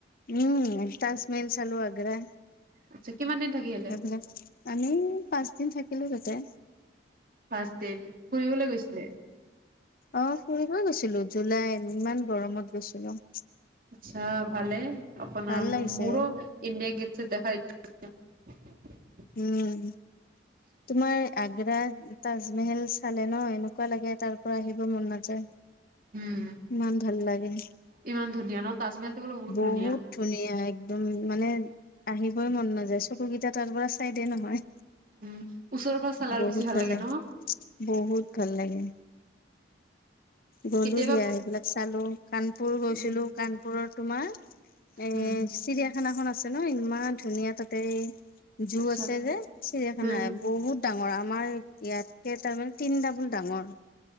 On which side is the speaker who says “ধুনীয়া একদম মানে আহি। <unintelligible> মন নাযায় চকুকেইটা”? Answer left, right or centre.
Left